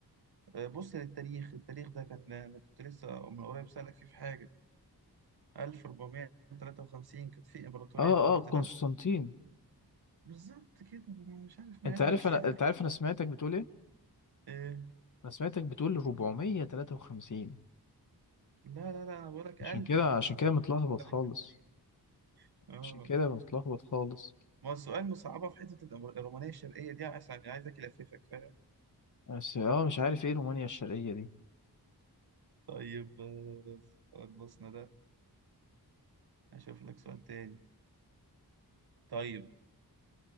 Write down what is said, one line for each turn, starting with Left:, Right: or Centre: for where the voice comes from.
Right: آه، بص للتاريخ التاريخ ده كان انا كنت لسه من قريب سالك فيه في حاجه 1453 كانت في امبراطوريه
Left: اه
Right: في الوقت
Left: اه قسطنطين
Right: ده بالظبط كده ما انا مش عارف مالك
Left: انت عارف
Right: <laughs>
Left: انا انت عارف انا سمعتك بتقول ايه
Right: آه،
Left: انا سمعتك بتقول 453
Right: لا لا لا انا بقول لك
Left: عشان
Right: 1400
Left: كده عشان كده متلخبط
Right: <laughs> عليك
Left: خالص
Right: على التاريخ اه
Left: عشان كده متلخبط خالص
Right: ما هو السؤال مصعبة في حتة الأمر- الرومانية الشرقية دي عشان عايزك ألففك فاهم
Left: بس اه مش عارف ايه رومانيا الشرقية دي
Right: طيب آه، خلصنا ده هشوف لك سؤال تاني طيب